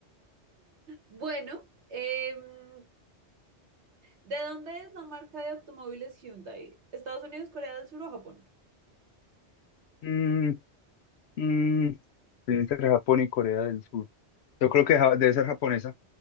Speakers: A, on the right (about 80°); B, on the left (about 70°).
A: bueno, em, ¿De dónde es la marca de automóviles Hyundai? ¿Estados Unidos, Corea del Sur o Japón?
B: Mm, mm, estoy entre Japón y Corea del Sur. Yo creo que ja- debe ser japonesa.